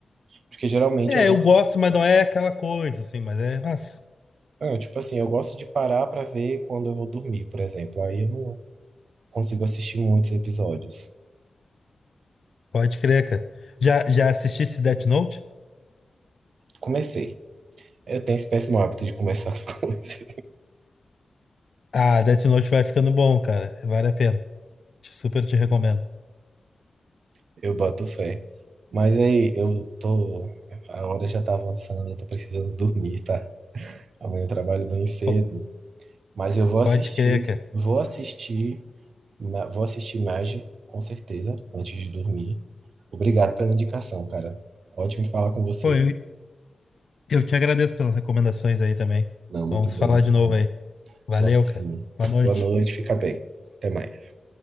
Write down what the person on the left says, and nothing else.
É,
eu gosto, mas não é aquela coisa, assim, mas é massa.
Pode crer, cara. Já, já assististe Death Note?
Ah, Death Note vai ficando bom, cara. Vale a pena. Te- Super te recomendo.
Po-
Pode crer, cara.
Pô, eu, eu te agradeço pelas recomendações aí também.
Vamos
falar
de
novo aí. Valeu,
cara.
Boa noite.